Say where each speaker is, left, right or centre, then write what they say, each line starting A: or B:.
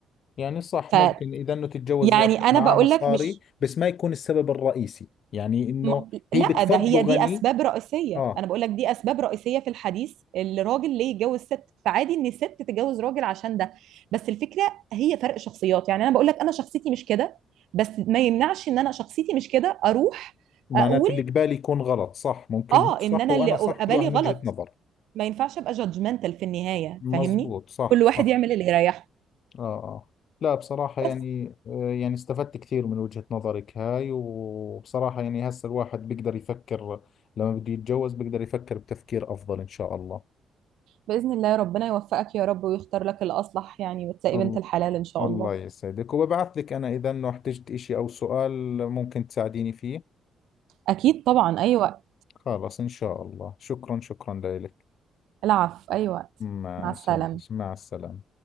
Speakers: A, on the left; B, on the right.
A: يعني صح
B: ف...
A: ممكن إذا أنه تتجوز
B: يعني
A: واحد
B: انا
A: معاه
B: بقول
A: مصاري
B: لك مش
A: بس ما يكون السبب الرئيسي يعني أنه
B: ما-
A: هي
B: لا
A: بتفضله
B: ده هي
A: غني
B: دي اسباب رئيسيه
A: آه
B: انا بقول لك دي اسباب رئيسيه في الحديث الراجل ليه يتجوز ست فعادي ان الست تتجوز راجل عشان ده بس الفكره هي فرق شخصيات يعني انا بقول لك انا شخصيتي مش كده بس ما يمنعش ان انا شخصيتي مش كده اروح
A: معناته
B: اقول
A: اللي قبالي يكون غلط صح ممكن
B: اه
A: هو صح
B: ان انا
A: وأنا
B: اللي
A: صح
B: أبقى
A: كل
B: بالي
A: واحد من
B: غلط
A: وجهة نظر
B: ما ينفعش ابقى جادجمنتال في النهايه
A: مزبوط
B: فاهمني
A: صح
B: كل واحد
A: صح
B: يعمل اللي يريحه
A: آه آه لا بصراحة يعني
B: بس
A: آه، يعني استفدت كثير من وجهة نظرك هاي وبصراحة يعني هسه الواحد بيقدر يفكر لما بده يتجوز بيقدر يفكر بتفكير أفضل إن شاء الله
B: باذن الله ربنا يوفقك يا رب ويختار لك الاصلح يعني وتلاقي
A: الله
B: بنت الحلال ان شاء
A: الله
B: الله
A: يسعدك وببعث لك أنا إذا أنه احتجت إشي أو سؤال ممكن تساعديني فيه
B: اكيد طبعا ايوه
A: خلاص إن شاء الله شكرا شكرا لك
B: العفو أي وقت
A: ماشي
B: مع السلامة
A: ماشي. مع السلامة